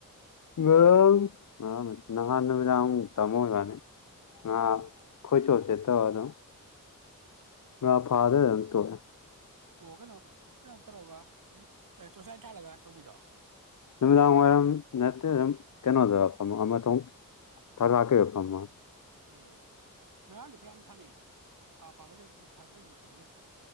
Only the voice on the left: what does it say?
ꯃꯔꯔꯝ ꯃꯔꯔꯝ ꯅꯍꯥꯟ ꯅꯨꯃꯤꯗꯥꯨ ꯇꯃꯣꯏ ꯋꯥꯅꯤ ꯑ
ꯈꯣꯆꯣꯁꯦ ꯇ ꯑꯗꯨꯣ ꯉ ꯐꯥꯗ ꯇꯣ
ꯅꯨꯃꯤꯗꯥꯡ ꯋꯥꯏꯔꯝ ꯅꯠꯇꯦ ꯑꯗꯨꯝ ꯀꯩꯅꯣꯗ ꯑꯃꯇ ꯊꯔ
ꯀꯦ ꯌꯄꯃ